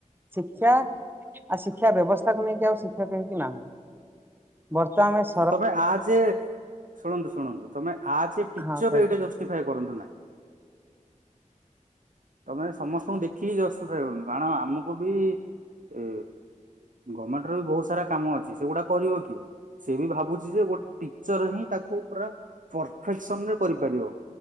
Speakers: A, on the right; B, on the right.
A: ଶିକ୍ଷା ଆ ଶିକ୍ଷା ବ୍ୟବସ୍ଥାକୁ ନେଇକି ଆଉ ଶିକ୍ଷକ ହେଇକି ନାହୁଁ ବର୍ତ୍ ଆମେଶ୍
B: ତମେ ଆ ଯେ ଶୁଣନ୍ତୁ ଶୁଣନ୍ତୁ ତମେ ଆ ଯେ ପିକଚରରେ
A: ହଁ କୁହନ୍ତୁ
B: ଏଇଟା ଜଷ୍ଟିଫାଏ କରନ୍ତୁ ନାଁ ତମେ ସମସ୍ତଙ୍କୁ ଦେଖିକି ଜଷ୍ଟିଫାଇ ହନୁ କାରଣ ଆମକୁ ବି ଏ ଗମେଣ୍ଟର ବି ବହୁତ ସାରା କାମ ଅଛି ସେଗୁଡା କରିବ କିଏ ସେ ବି ଭାବୁଚି ଯେ ଗୋଟେ ଟିଚର ହିଁ ତାକୁ ପୁରା ପରଫେକ୍ସନରେ କରିପାରିବ